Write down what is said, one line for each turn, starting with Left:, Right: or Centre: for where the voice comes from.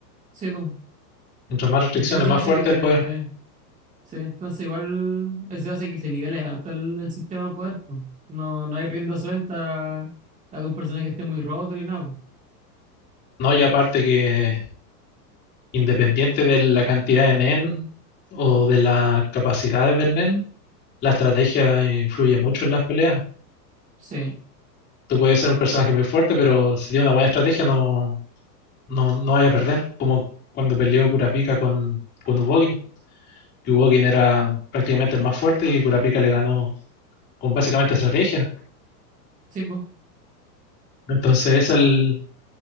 Right: Sí, pues.
Left: Mientras más restricciones,
Right: Entonces eso
Left: más
Right: hace
Left: fuerte
Right: que,
Left: el poder.
Right: sí, entonces igual eso hace que se nivele harto el, el sistema de poder, pues. No, no hay rienda suelta a algún personaje que esté muy roto ni nada, pues.
Left: No, y aparte que independiente de la cantidad de nen o de las capacidades del nen, la estrategia influye mucho en las peleas.
Right: Sí,
Left: tú puedes ser un personaje muy fuerte, pero si tiene una buena estrategia no, no, no vaya a perder, como cuando perdió Kurapika con, con Ubogin, que Ubogin era prácticamente el más fuerte y Kurapika le ganó con básicamente estrategia.
Right: sí, pues.
Left: Entonces es el,